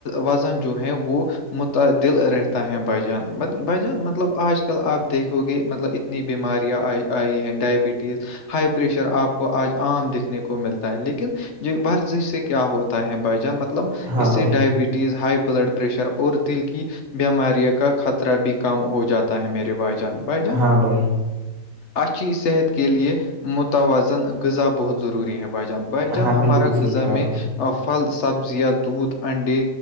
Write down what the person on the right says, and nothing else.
ہاں
بھائی
ہاں بھائی
ہاں
بالکل صحیح
کہا آپ
نے